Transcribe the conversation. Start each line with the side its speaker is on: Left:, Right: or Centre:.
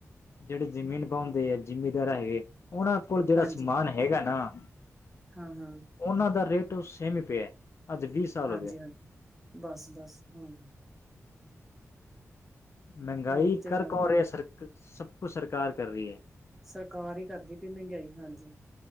Left: ਜਿਹੜੇ ਜ਼ਮੀਨ ਪਾਉਂਦੇ ਆ, ਜ਼ਿਮੀਦਾਰਾਂ ਹੈਗੇ ਉਹਨਾਂ ਕੋਲ ਜਿਹੜਾ
Centre: ਹਾਂਜੀ
Left: ਸਮਾਨ ਹੈਗਾ ਨਾ
Centre: ਹਾਂ ਹਾਂ
Left: ਉਹਨਾਂ ਦਾ ਰੇਟ ਸੇਮੀ ਪਿਆ। ਅੱਜ ਵੀਹ ਸਾਲ
Centre: ਹਾਂਜੀ
Left: ਹੋ ਗਏ
Centre: ਹਾਂਜੀ ਬਸ ਬਸ ਹਾਂ!
Left: ਮਹਿੰਗਾਈ
Centre: ਇਹੀ ਤੇ
Left: ਕਰ
Centre: ਗੱਲ
Left: ਕੌਣ ਰਿਹਾ, ਸਰ ਸਭ ਕੁਛ ਸਰਕਾਰ ਕਰ ਰਹੀ ਹੈ।
Centre: ਸਰਕਾਰ ਹੀ ਕਰਦੀ ਪਈ । ਮਹਿੰਗਾਈ ਹਾਂਜੀ